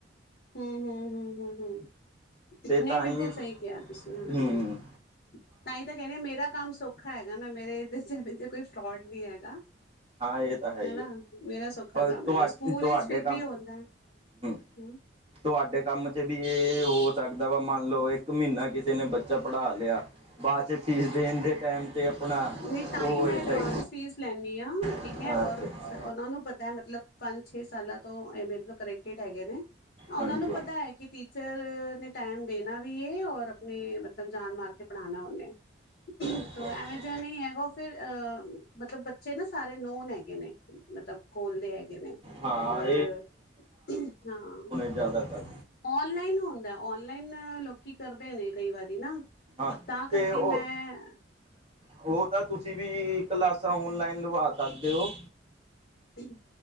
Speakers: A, on the left; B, on the right.
A: ਹਮ- ਹਮ- ਹਮ- ਹਮ- ਹਮ
B: ਤੇ
A: ਨਹੀਂ,
B: ਤਾਂ
A: ਬਿਲਕੁਲ
B: ਹੀ
A: ਸਹੀ ਕਿਹਾ ਤੁਸੀਂ ਹਾਂ।
B: ਹੂੰ
A: ਤਾਂ ਹੀ ਤਾਂ ਕਹਿੰਦੇ ਮੇਰਾ ਕੰਮ ਸਖ ਸੌਖਾ ਹੈਗਾ ਨਾ, ਮੇਰੇ ਇਹਦੇ ਚ' ਕੋਈ ਫਰੋਡ ਨੀ ਹੈਗਾ
B: ਹਾਂ ਇਹ ਤਾਂ ਹੈ ਹੀ
A: ਹਨਾ।
B: ਆ
A: ਮੇਰਾ ਸੁਖਾ ਔਖਾ
B: ਪਰ
A: ਕੰਮ
B: ਤੁਹਾ
A: ਹੈਗਾ। ਸਕੂਲ
B: ਤੁਹਾਡੇ
A: ਵਿੱਚ ਫਿਰ
B: ਕੰਮ
A: ਵੀ ਆੁੰਦਾ ਹੈ।
B: ਹੂੰ ਤੁਹਾਡੇ ਕੰਮ 'ਚ ਵੀ ਇਹ ਹੋ ਸਕਦਾ ਮੰਨ ਲਓ ਇੱਕ ਮਹੀਨਾ ਕਿਸੇ ਨੇ ਬੱਚਾ ਪੜ੍ਹਾ ਲਿਆ ਬਾਅਦ 'ਚ ਫੀਸ ਦੇਣ ਦੇ ਟੈਮ ਤੇ ਆਪਣਾ
A: ਨਹੀਂ ਤਾਂ
B: ਉਹ
A: ਮੈਂ
B: ਇਹਦਾ
A: ਐਡਵਾਂਸ
B: ਹੀ
A: ਫੀਸ ਲੈਂਦੀ ਹਾਂ
B: ਅੱਛਾ
A: ਠੀਕ ਐ, ਔਰ ਉਹਨਾਂ ਨੂੰ ਪਤਾ ਮਤਲਬ ਪੰਜ -ਛੇ ਸਾਲਾਂ ਤੋਂ ਮੇਰੇ ਤੋਂ ਕਨੈਕਟਡ ਹੈਗੇ ਨੇ। ਉਹਨਾਂ
B: ਹਾਂਜੀ
A: ਨੂੰ ਪਤਾ
B: ਹਾਂਜੀ
A: ਹੈ ਕਿ ਟੀਚਰ ਨੇ ਟਾਈਮ ਦੇਣਾ ਵੀ ਹੈ। ਔਰ ਆਪਣੇ ਮਤਲਬ ਜਾਨ ਮਾਰ ਕੇ ਪੜ੍ਹਾਨਾ ਉਹਨੇ।
B: ਅੱਛਾ
A: ਤੋਂ
B: ਅੱਛਾ
A: ਐਵੇਂ ਜ ਨਹੀਂ ਹੈਗਾ ਉਹ ਫੇਰ ਅਹ, ਮਤਲਬ ਬੱਚੇ ਨਾ ਸਾਰੇ ਨੋਨ ਹੈਗੇ ਨੇ। ਮਤਲਬ ਖੋਲਦੇ ਹੈਗੇ ਨੇ
B: ਹਾਂ
A: ਔਰ ਹਾਂ।
B: ਜ਼ਿਆਦਾਤਰ
A: ਔਨਲਾਈਨ ਹੁੰਦਾ, ਔਨਲਾਈਨ ਲੋਕੀ ਕਰਦੇ ਨੇ ਕਈ ਵਾਰੀ ਨਾ।
B: ਹਾਂ
A: ਤਾਂ ਕਰਕੇ
B: ਤੇ ਉਹ
A: ਮੈਂ
B: ਉਹ ਤਾਂ ਤੁਸੀਂ ਵੀ ਕਲਾਸਾਂ ਔਨਲਾਈਨ ਲਵਾ ਸਕਦੇ ਹੋ।
A: ਹਮ-